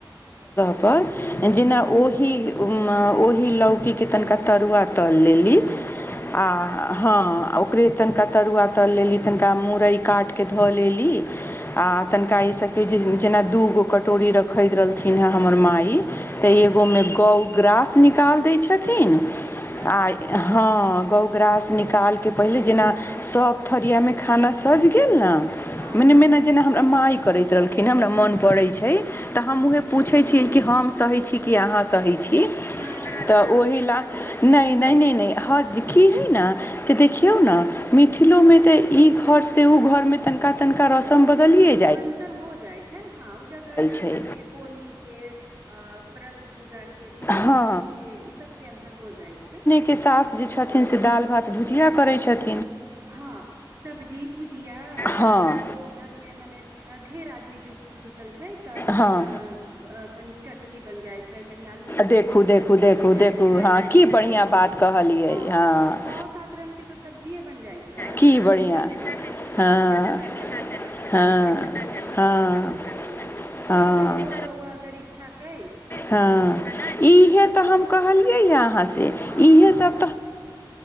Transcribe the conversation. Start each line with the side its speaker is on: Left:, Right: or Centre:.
Left: पर जेना
Right: हँ
Left: ओहि ओहि लौकीके तनिका तरुआ तल लेली हँ आ ओकरे तनिका तरुआ तल लेली तनिका मुरइ काटिके धऽ लेल आ
Right: हँ
Left: तनिका ईसभके जेना दूगो कटोरी रखैत रहलथििन हेँ हमर मा तऽ
Right: अच्छा
Left: एगोमे गौ ग्रास निकालि दै छथि आ
Right: अच्छा
Left: ह गउ ग्रास निकालिक पहिले जेना सब थरियामे खाना सजि गेल न
Right: हँ
Left: मने
Right: हँ
Left: मेना जेना हमरा माइ करैत रहलखिन हँ हमरा मोन पड़ैत छै
Right: हूँ
Left: तऽ
Right: हूँ
Left: हम
Right: हूँ
Left: उहे पू छियै कि हम सहै छी अ सै छी
Right: ना ना
Left: तऽ
Right: अहाँ
Left: ओहि
Right: सही
Left: लए
Right: छियै
Left: ह की हय ने जे देखियौ ने मिथिलो मे तऽ ई घर से ओ घर में तनिका तनिका रौसम बदलिय
Right: अन्तर हो जाइ छै हँ ओ जगह जगह
Left: छै
Right: प बोली के अ व्रत पूज के विध
Left: हँ
Right: उध के इ सब के अन्तर हो जाइ छ
Left: के सास जे छथिन से दालि भात भुजिया करै छथि
Right: हँ सब्जी भुजिया हमरा
Left: हँ
Right: आरके त घर मे मने ढेर आदमी जुटल छै तऽ
Left: हँ
Right: अ तन चटनी बन जाइ छ तल को
Left: देखू
Right: के भी
Left: देखू
Right: सब्जी
Left: देखू
Right: ब
Left: देखू
Right: छै
Left: हँ
Right: त
Left: की
Right: बन्ध
Left: बढ़िआँ
Right: कोबी
Left: बात कहलियै
Right: ह
Left: हँ
Right: छ तऽ सब्जीय बन जाइ छ दू
Left: की
Right: रंग
Left: बढ़िआँ
Right: के चटनी टमाटर
Left: हँ
Right: के मीठा चटनी टमाटर
Left: हँ
Right: के खट्टा चटनी धनिया
Left: हँ
Right: पत्ता क चटनी
Left: हँ
Right: फ तरौआरौआ अगर इच्छा क
Left: हँ इहे तऽ
Right: उपर
Left: हम कहलियै ह अहाँ से
Right: हँ
Left: इहे सब